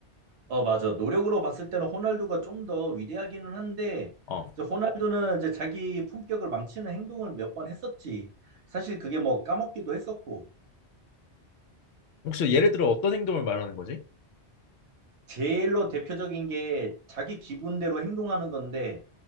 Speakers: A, on the right (about 85°); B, on the left (about 75°).
A: 어, 맞아. 노력으로 봤을 때는 호날두가 좀 더 위대하기는 한데,
B: 어.
A: 이제 호날두는 이제 자기 품격을 망치는 행동을 몇 번 했었지. 사실 그게 뭐 까먹기도 했었고,
B: 혹시 예를 들어 어떤 행동을 말하는 거지?
A: 제일로 대표적인 게 자기 기분대로 행동하는 건데,